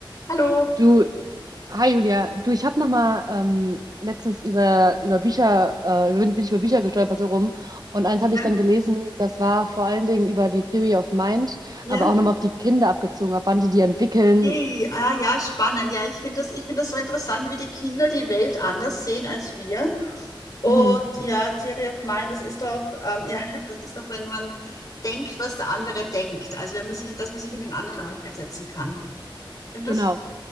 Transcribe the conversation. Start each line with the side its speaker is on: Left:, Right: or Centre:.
Left: Hallo.
Right: Du, hi Julia, du, ich habe noch mal ähm, letztens über, über Bücher, äh, bin, bin ich über Bücher gestolpert so rum und eins habe
Left: Ja,
Right: ich dann gelesen, das war vor allen Dingen über die Theory of Mind,
Left: ja,
Right: aber auch nochmal auf die Kinder abgezogen, ab wann die die entwickeln.
Left: hey, ah, ja, spannend. Ja, ich finde das, ich finde das so interessant, wie die Kinder die Welt anders sehen als wir. Und
Right: Mhm,
Left: ja, Theory of Mind, das ist doch, ähm, ja, <laughs> das ist doch, wenn man denkt, was der andere denkt. Also wenn man sich, dass man sich in den anderen reinversetzen kann. Stimmt das?
Right: genau.